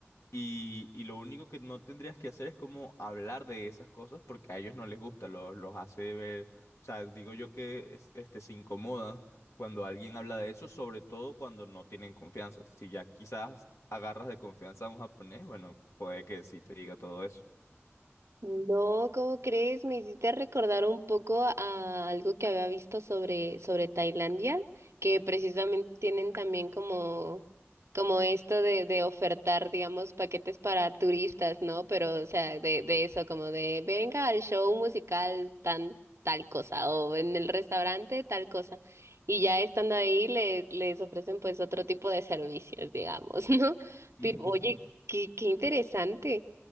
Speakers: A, on the left (about 80°); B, on the right (about 75°).
A: y, y lo único que no tendrías que hacer es como hablar de esas cosas porque a ellos no les gusta, lo- los hace ver, o sea, digo yo que es- este, se incomodan cuando alguien habla de eso, sobre todo cuando no tienen confianza. Si ya quizás agarras de confianza a un japonés, bueno, puede que sí te diga todo eso.
B: No, ¿cómo crees? Me hiciste recordar un poco a algo que había visto sobre, sobre Tailandia, que precisamente tienen también como, como esto de, de ofertar, digamos, paquetes para turistas, ¿no? Pero, o sea, de, de eso, como de venga al show musical tan tal cosa, o en el restaurante tal cosa. Y ya estando ahí les, les ofrecen pues otro tipo de servicios, digamos, <laughs> ¿no?
A: <laughs>
B: Pero oye, qué, qué interesante.